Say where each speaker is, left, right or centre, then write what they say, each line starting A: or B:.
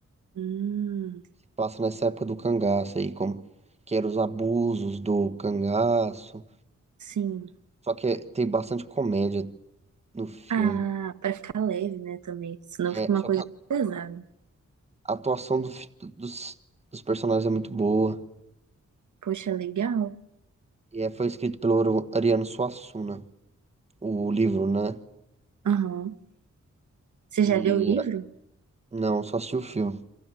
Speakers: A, on the right; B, on the right.
A: Hum,
B: Passa nessa época do cangaço aí, como. Que eram os abusos do cangaço.
A: sim.
B: Só que é- tem bastante comédia no filme.
A: Ah, pra ficar leve, né, também. Senão
B: É,
A: fica uma
B: só
A: coisa
B: que
A: pesada.
B: A atuação do fi- dos, dos personagens é muito boa.
A: Poxa, legal.
B: E é, foi escrito pelo Oro- Ariano Suassuna, né? o livro, né?
A: Aham. Você
B: E
A: já leu o livro?
B: não, só assisti o filme.